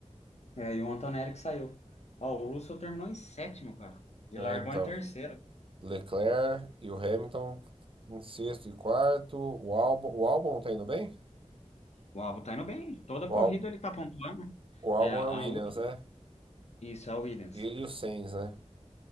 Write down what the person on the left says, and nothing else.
É, e o Antonelli que saiu. Ó, o Russell terminou em sétimo, cara. E
largou
em terceiro.
O Albon tá indo bem. Toda
corrida
ele tá pontuando.
É, a
última.
Isso, é o Williams.